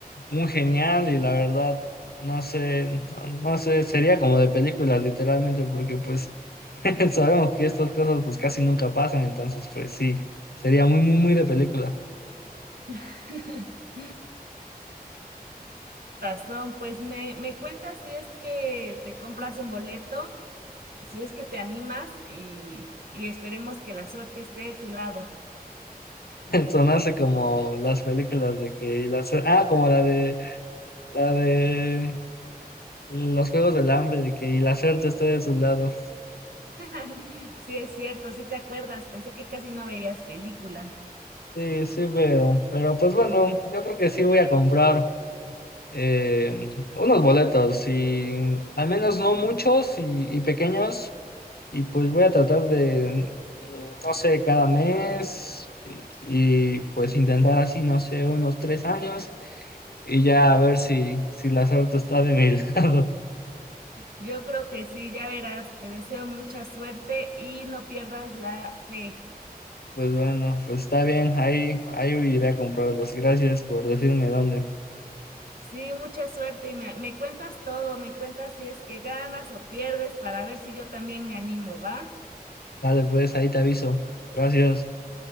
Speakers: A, on the left; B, on the right.
A: muy genial y la verdad, no sé, no sé, sería como de películas literalmente, porque pues <laughs> sabemos que estas cosas pues casi nunca pasan, entonces pues sí, sería muy, muy, muy de película.
B: <laughs> Razón, pues me, me cuentas si es que te compras un boleto, si es que te animas y, y esperemos que la suerte esté de tu lado.
A: Son así como las películas de que y las, ah, como la de la de los Juegos del Hambre, de que y la suerte esté de su lado.
B: <laughs> Sí, es cierto, sí te acuerdas, pensé que casi no veías películas.
A: Sí, sí veo. Pero pues bueno, yo creo que sí voy a comprar eh, unos boletos y al menos no muchos y, y pequeños. Y pues voy a tratar de, no sé, cada mes y pues intentar así, no sé, unos tres años y ya a ver si, si la suerte está de mi <laughs> lado.
B: Yo creo que sí, ya verás, te deseo mucha suerte y no pierdas la fe.
A: Pues bueno, pues está bien, ahí, ahí iré a comprarlos. Gracias por decirme dónde.
B: Sí, mucha suerte y me, me cuentas todo, me cuentas si es que ganas o pierdes para ver si yo también me animo, ¿va?
A: Dale, pues ahí te aviso. Gracias.